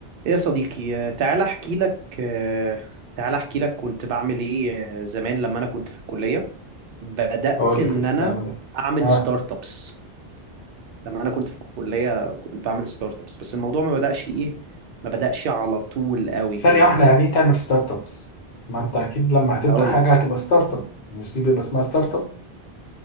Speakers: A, on the right; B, on the left.
A: ايه يا صديقي آه، تعالى احكي لك آه، تعالى احكي لك كنت بعمل ايه آه، زمان لما انا كنت في الكلية بدأت
B: اقول
A: ان
B: لك كنت
A: انا
B: هتعمل ايه
A: اعمل
B: اه
A: ستارت ابس لما انا كنت في الكلية كنت بعمل ستارت ابس بس الموضوع ما بدأش ايه ما بدأش على طول قوي كده
B: ثانيه واحده
A: يعني
B: يعني ايه تعمل ستارت ابس ما انت اكيد لما هتبدا
A: اقول
B: حاجه
A: لك
B: هتبقى ستارت اب مش دي بيبقى اسمها ستارت اب